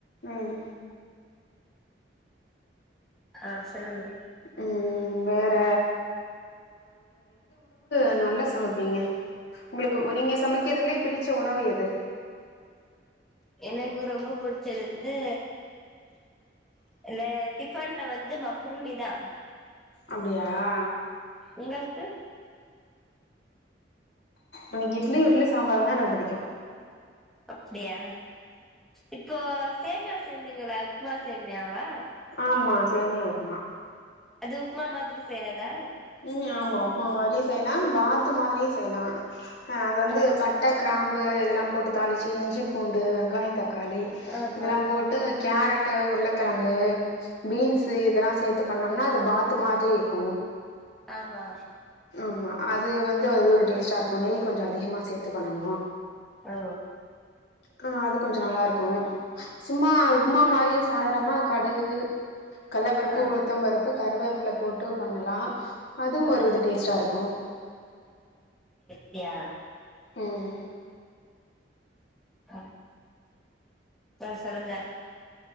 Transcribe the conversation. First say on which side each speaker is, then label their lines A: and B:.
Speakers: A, on the left; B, in the centre.
A: ம்
B: ஆ சொல்லுங்க.
A: ம் வேற அது நல்ல சமைப்பேங்க. உங்களுக்கு நீங்க சமைக்கிறதுலயே பிடிச்ச உணவு எது?
B: எனக்கு ரொம்ப புடிச்சது வந்து இந்த டிஃபன்ல வந்து மக்ருனிதா.
A: அப்டியா ஆ
B: உங்களுக்கு
A: உனக்கு இட்லி இட்லி சாம்பாரு தான புடிக்கு
B: அப்டியா இப்போ சேமியா செஞ்சீங்களா உப்மா சேமியாவா
A: ஆமா சேமியா உப்புமா
B: அது உப்புமா மாதிரி செய்ரதா
A: உம் ஆமா உப்மா மாதிரியு செய்யலா பாத்து மாதிரியு செய்யலா அ அது வந்து
B: ஆ
A: பட்ட கிராம்பு உப்பு இதெல்லா போட்டு தாளிச்சு இஞ்சி பூண்டு வெங்காய தக் தக்காளி
B: ஆமா
A: இதெல்லாம் போட்டு கேரட் போட்டு உருளக்கெழங்கு பீன்ஸ் இதெலா சேத்து பண்ணோம்னா அது பாத்து மாதிரி இருக்கு
B: ஆமா
A: ஆமா அது வந்து அது ஒரு டேஸ்ட்டா ஆக்றதுக்கு நெய் கொஞ்ச அதிகமா செ சேத்து பண்ணணு
B: ஒ
A: ஆ அது கொஞ்ச நல்லா இருக்கு சும்மா உப்மா மாதிரி சாதானமா கடுகு கல்ல பருப்பு
B: ஆ
A: உளுத்தம் பருப்பு கருவேப்ல போட்டு பண்ணலா அதுவு ஒரு
B: ஆ
A: இது டேஸ்டா இருக்கு
B: அப்டியா
A: உம்ம்
B: அ அ சொல்லுங்க